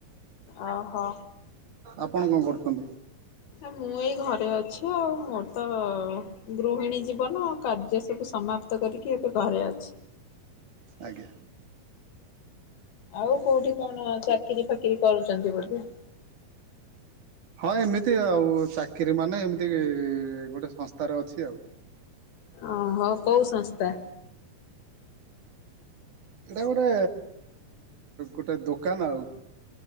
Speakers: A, on the left; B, on the right.
A: ଓହୋ।
B: ଆପଣ କ କରୁଛନ୍ତି?
A: ମୁଁ ଏଇ ଘରେ ଅଛି ଆଉ। ମୋର୍ ତ ଗୃହିଣୀ ଜୀବନ, କାର୍ଯ୍ୟ ସବୁ ସମାପ୍ତ କରିକି ଏବେ ଘରେ ଅଛି।
B: ଆଜ୍ଞା।
A: ଆଉ କୋଉଠି କଣ ଚାକିରି ଫାକିରି କରୁଛନ୍ତି ବୋଧେ?
B: ହଁ ଏମିତି ଆଉ ଚାକିରି ମାନେ ଏମିତି ଗୋଟେ ସଂସ୍ଥାରେ ଅଛି ଆଉ।
A: ଅ ହୋ କଉ ସଂସ୍ଥା?
B: ସେଟା ଗୋଟେ ଗୋଟେ ଦୋକାନ ଆଉ।